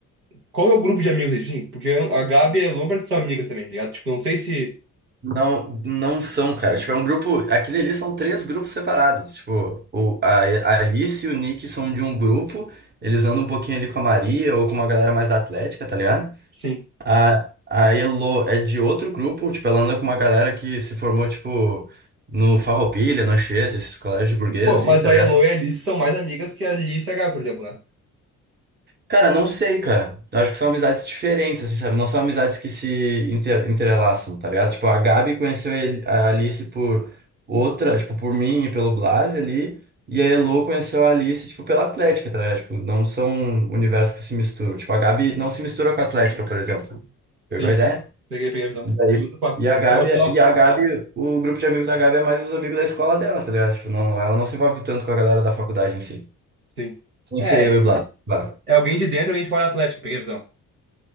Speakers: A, on the right; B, on the right.
A: qual é o grupo de amigos aí, tipo assim? Porque eu- a Gabi e a Elô não parecem ser amigas também, tá ligado? Tipo, não sei se.
B: Não, não são, cara. Tipo, é um grupo. Aquele ali são três grupos separados. Tipo, o, a, a Alice e o Nick são de um grupo. Eles andam um pouquinho ali com a Maria ou com uma galera mais da Atlética, tá ligado?
A: Sim.
B: A, a Elo é de outro grupo. Tipo, ela anda com uma galera que se formou, tipo, no Farroupilha, no Anchieta, esses colégios de burguês,
A: Pô,
B: assim,
A: mas
B: tá
A: a
B: ligado?
A: Elo e a Alice são mais amigas que a Alice e a Gabi, por exemplo, né?
B: Cara, não sei, cara. Eu acho que são amizades diferentes, assim, sabe? Não são amizades que se inter- entrelaçam, tá ligado? Tipo, a Gabi conheceu a El- a Alice por outra, tipo, por mim e pelo Blas ali. E a Elo conheceu a Alice, tipo, pela Atlética, tá ligado? Tipo, não são universos que se misturam. Tipo, a Gabi não se mistura com a Atlética, por exemplo.
A: Sim.
B: Pegou a ideia?
A: Peguei, peguei a visão.
B: E daí-
A: Peguei outro papo.
B: e a
A: É
B: Gabi,
A: só.
B: e a Gabi, o grupo de amigos da Gabi é mais os amigos da escola dela, tá ligado? Tipo, não, ela não se envolve tanto com a galera da faculdade em si.
A: Sim.
B: Sem
A: é
B: ser eu e Blas, claro.
A: É alguém de dentro e alguém de fora do Atlético, peguei a visão.